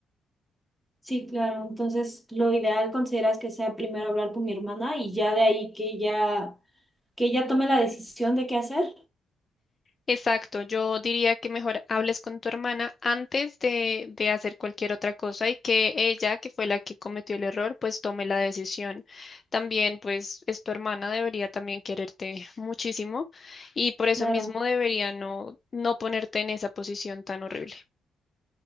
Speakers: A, in the centre; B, on the left (about 35°).
A: Sí, claro, entonces lo ideal consideras que sea primero hablar con mi hermana y ya de ahí que ella, que ella tome la decisión de qué hacer.
B: Exacto, yo diría que mejor hables con tu hermana antes de, de hacer cualquier otra cosa y que ella, que fue la que cometió el error, pues tome la decisión. También, pues es tu hermana, debería también quererte muchísimo y por eso
A: Claro.
B: mismo debería no, no ponerte en esa posición tan horrible.